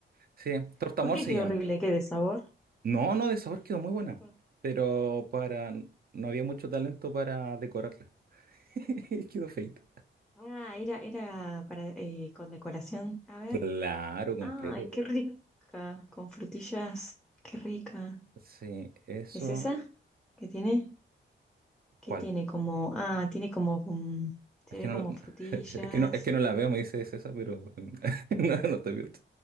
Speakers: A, on the right; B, in the centre.
A: Sí, torta
B: ¿Por
A: amor
B: qué
A: se
B: quedó
A: llama.
B: horrible? ¿Qué de sabor?
A: No, no, de sabor quedó muy buena,
B: Torta.
A: pero para no había mucho talento para decorarla. <laughs> Quedó feito.
B: Ah, era, era para eh, con decoración. A ver.
A: Claro, completo.
B: Ay,
A: po.
B: qué rica. Con frutillas. Qué rica.
A: Sí, eso.
B: ¿Es esa? ¿Qué tiene? ¿Qué
A: ¿Cuál?
B: tiene como? Ah, tiene como, un- se
A: Es que
B: ve
A: no,
B: como
A: <laughs>
B: frutillas.
A: es que no, es que no la veo, me dice César, pero <laughs> no, no estoy viendo.